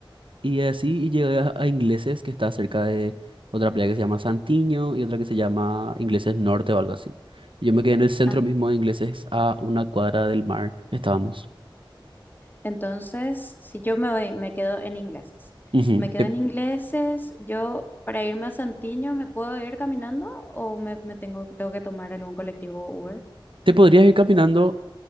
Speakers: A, on the right; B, on the left.
A: Y así y llegué a, a Ingleses, que está cerca de otra playa que se llama Santiño y otra que se llama Ingleses Norte o algo así. Y yo me quedé en el centro
B: Ah.
A: mismo de Ingleses, a una cuadra del mar. Estábamos.
B: Entonces, si yo me voy, me quedo en ingleses.
A: Ujú.
B: Me quedo
A: Te,
B: en ingleses, yo para irme a Santiño, ¿me puedo ir caminando o me, me tengo, tengo que tomar algún colectivo o Uber?
A: te podrías ir caminando,